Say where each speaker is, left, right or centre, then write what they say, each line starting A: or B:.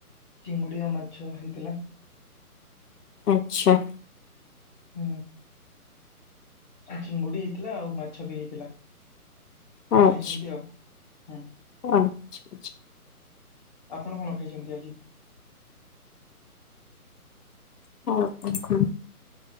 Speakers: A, on the left; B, on the left.
A: ଚିଙ୍ଗୁଡିଆ ମାଛ ହେଇଥିଲା।
B: ଆଚ୍ଛା।
A: ହୁଁ ଚିଙ୍ଗୁଡି ହେଇଥିଲା ଆଉ ମାଛ ବି ହେଇଥିଲା
B: ଆଚ୍ଛା।
A: ଖାଇଛନ୍ତି ଆଉ ହୁଁ
B: <unintelligible>
A: ଆପଣ କଣ ଖାଇଛନ୍ତି ଆଜି?
B: <unintelligible>